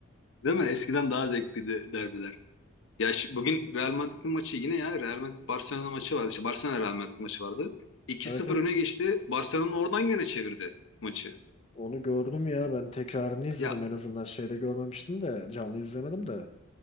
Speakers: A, on the left; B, on the left.
A: Değil mi? Eskiden daha zevkliydi derbiler. Ya şi- bugün Real Madrid'in maçı yine ya Real Madrid Barcelona maçı vardı. İşte Barcelona Real Madrid maçı vardı. 2
B: Evet
A: sıfır
B: evet.
A: öne geçti. Barcelona oradan gene çevirdi maçı.
B: Onu gördüm ya. Ben tekrarını izledim
A: Ya
B: en azından. Şeyde görmemiştim de. Canlı izlemedim de.